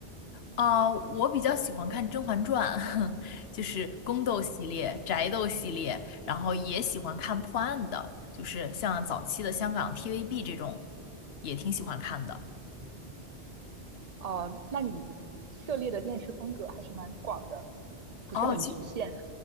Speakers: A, on the left; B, on the right.
A: 啊、我比较喜欢看《甄嬛传》，<laughs> 就是宫斗系列、宅斗系列，然后也喜欢看破案的，就是像早期的香港 TVB 这种，也挺喜欢看的。
B: 呃，那你涉猎的电视风格还是蛮广的，不是很局限。
A: 哦，其